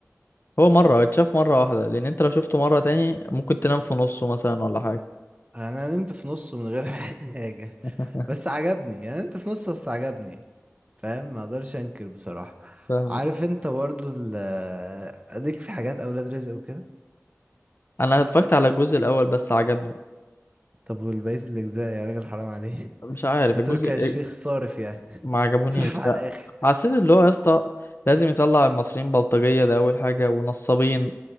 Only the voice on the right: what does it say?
انا نمت في نصه من غير <laughs> حاجه
بس عجبني يعني نمت في نصه بس عجبني فاهم ما اقدرش انكر بصراحه
عارف انت برضو ال اديك في حاجات اولاد رزق وكده
طب والبقيه الاجزاء يا راجل حرام عليه
ده
تركي
الشيخ صارف يعني
<laughs>
صارف على
الاخر